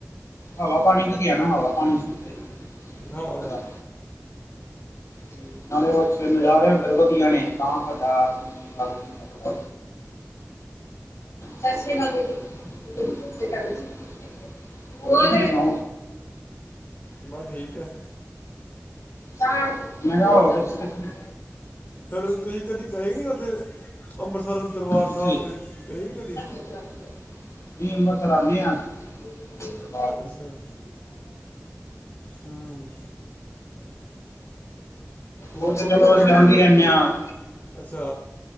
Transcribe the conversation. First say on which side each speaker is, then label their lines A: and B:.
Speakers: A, on the left; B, on the left.
A: ਹਵਾ ਪਾਣੀ ਵਧਿਆ ਨਾ, ਹਵਾ ਪਾਣੀ <unintelligible>
B: ਹਾਂ
A: ਇਕਦਮ, ਤੇ ਨਾਲੇ <unintelligible> ਨਜ਼ਾਰੇ? ਸਭ ਵਧੀਆਂ ਨੇ ਤਾ ਸਾਡਾ <unintelligible> <unintelligible> ਸਾਸ੍ਰੀ ਕਾਲ ਦੀਦੀ। <unintelligible> ਸਾਸੀ ਕਾਲ ਜੀ <inaudible> <unintelligible> ਔਲੇ ਨੂ
B: ਬਸ ਠੀਕ ਹੈ।
A: ਮੈਂ ਕਿਹਾ ਹੋਰ <unintelligible>
B: ਫਿਰ ਤੁਸੀਂ ਕਦੇ ਗਏ ਨਹੀਂ ਉੱਥੇ? ਅੰਬਰਸਰ, ਦਰਬਾਰ
A: ਕਿੱਥੇ ਕਿੱਥੇ
B: ਸਾਹਿਬ ਕਦੇ ਗਏ ਨੀਂ ਕਦੀ?
A: <inaudible> ਵੀ ਮਖਰਾਨੇ ਆਂ। <unintelligible> <inaudible> <unintelligible>
B: ਅੱਛਾ ਹੂੰ ਹੋਰ
A: ਉਹ ਤੇ
B: ਮੰਮੀ
A: ਚਲੋ,
B: ਧੜਕੀ
A: ਅਸੀਂ ਆਦੇ ਹੀ ਰੈਂਦੇ
B: ਕੀ
A: ਆਂ।
B: ਅੱਛਾ